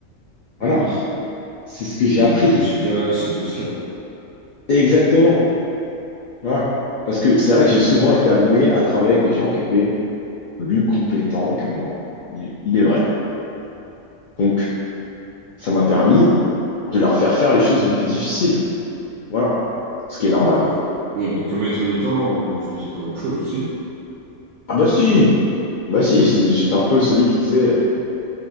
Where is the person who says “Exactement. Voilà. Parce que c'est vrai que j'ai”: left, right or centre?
Left